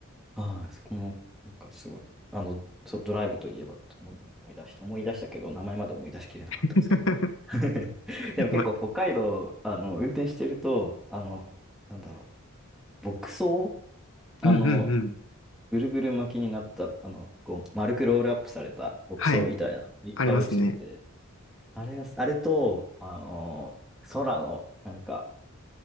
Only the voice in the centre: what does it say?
はい、そこも、なんかすごい、あの、そう、ドライブといえばって思い、今思い出して、思い出したけど、名前まで思い出しきれなかったんですけど。
<laughs> でも結構北海道、
あの、運転してると、あの、なんだろう、牧草あの、
ぐるぐる巻きになった、あの、こう、丸くロールアップされた牧草みたいな、
いっぱい落ちてて、
あれが、あれと、あの、空の、なんか、